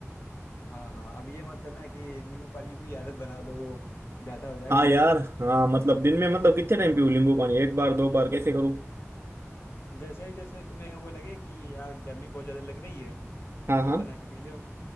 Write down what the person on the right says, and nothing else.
हाँ यार हाँ मतलब दिन में मतलब कितने टाइम पीऊँ नींबू पानी एक बार दो बार कैसे करूँ
हाँ
हाँ